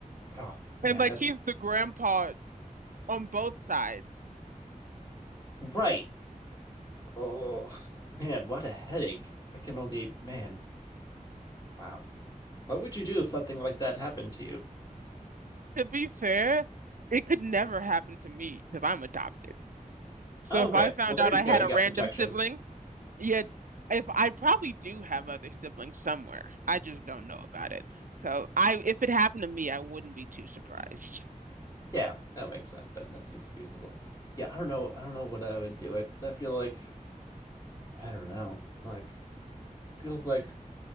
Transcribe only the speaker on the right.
and like
he's the grandpa on both sides.
To be fair, it could never happen to me because I'm adopted. So
if
I found
out
I
had
a
random
sibling,
yeah, if I probably do have other siblings somewhere, I just don't know about it. So I, if it happened to me, I wouldn't be too surprised.